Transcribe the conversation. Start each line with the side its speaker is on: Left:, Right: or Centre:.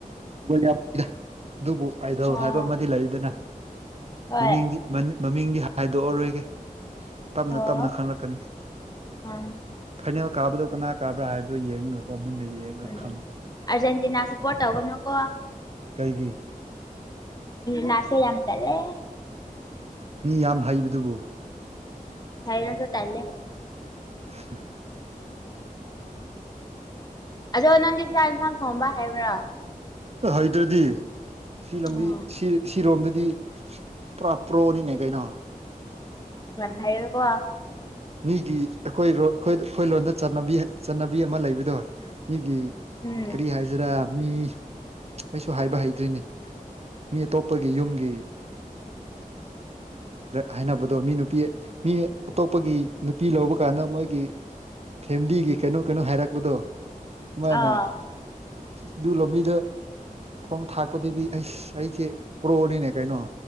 Right: ꯌꯥꯝꯗ ꯑꯗꯨꯕꯨ ꯑꯥꯏꯗꯜ
Left: ꯑꯣ
Right: ꯍꯥꯏꯕ ꯑꯃꯗꯤ ꯂꯩꯗꯅ
Left: ꯍꯣꯏ
Right: ꯃꯃꯤꯡꯗꯤ ꯃꯃꯤꯡꯗꯤ ꯍꯥꯏꯗꯣꯛꯑꯔꯣꯏꯒꯦ꯫ ꯇꯞꯅ
Left: ꯑꯣ
Right: ꯇꯞꯅ ꯈꯪꯂꯛꯀꯅꯤ
Left: ꯎꯝ
Right: ꯐꯥꯏꯅꯦꯜ ꯀꯥꯕꯗ ꯀꯅꯥ ꯀꯥꯕ꯭ꯔꯥ ꯍꯥꯏꯕꯗꯣ ꯌꯦꯡꯉꯀꯣ ꯃꯨꯟꯅ ꯌꯦꯡꯉ
Left: ꯎꯝ
Right: ꯈꯪꯉꯅꯤ
Left: ꯑꯔꯖꯦꯟꯇꯤꯅꯥ ꯁꯄꯣꯔꯠ ꯇꯧꯒ ꯅꯨ ꯀꯣ
Right: ꯀꯩꯒꯤ
Left: ꯅꯁꯤꯂ ꯇꯔꯦ
Right: ꯃꯤ ꯌꯥꯝ ꯍꯩꯕꯗꯨꯕꯨ
Left: ꯍꯥꯏꯅꯁꯨ ꯇꯂꯦ
Right: <inaudible>
Left: ꯑꯗꯣ ꯅ ꯅꯣꯟꯗꯤ ꯆ ꯏꯟꯐ ꯐꯣꯡꯝꯕ ꯍꯥꯏꯕ꯭ꯔꯥ
Right: ꯍꯩꯗ꯭ꯔꯗꯤ ꯁꯤ ꯂꯝꯕꯤ
Left: ꯎꯝ
Right: ꯁꯤ ꯁꯤꯔꯣꯝꯗꯗꯤ ꯄꯨꯔꯥ ꯄ꯭ꯔꯣꯅꯤꯅꯦ ꯀꯩꯅꯣ
Left: ꯐꯥꯏꯔꯦꯀꯣ
Right: ꯃꯤꯒꯤ ꯑꯩꯈꯣꯏꯣ ꯑꯩꯈꯣꯏ ꯑꯩꯈꯣꯏ ꯂꯣꯟꯗ ꯆꯠꯅꯕꯤ ꯆꯠꯅꯕꯤ ꯑꯃ ꯂꯩꯕꯗꯣ ꯃꯤꯒꯤ
Left: ꯎꯝ
Right: ꯀꯔꯤ ꯍꯥꯏꯁꯤꯔꯥ ꯃꯤ ꯑꯩꯁꯨ ꯍꯥꯏꯕ ꯍꯩꯇ꯭ꯔꯤꯅꯤ ꯃꯤ ꯑꯇꯣꯞꯄꯒꯤ ꯌꯨꯝꯒꯤ ꯍꯥꯏꯅꯕꯗꯣ ꯃꯤ ꯅꯨꯄꯤ ꯃꯤ ꯑꯇꯣꯞꯄꯒꯤ ꯅꯨꯄꯤ ꯂꯧꯕ ꯀꯥꯟꯗ ꯃꯣꯏꯒꯤ ꯐꯦꯃꯤꯂꯤꯒꯤ ꯀꯩꯅꯣ ꯀꯩꯅꯣ ꯍꯥꯏꯔꯛꯄꯗꯣ ꯁꯃꯥꯏꯅ
Left: ꯑꯥ
Right: ꯑꯗꯨ ꯂꯧꯕꯤꯗ ꯊꯣꯡ ꯊꯥꯛꯄꯗꯗꯤ ꯑꯩꯁ ꯑꯩꯁꯦ ꯄ꯭ꯔꯣꯅꯤꯅꯦ ꯀꯩꯅꯣ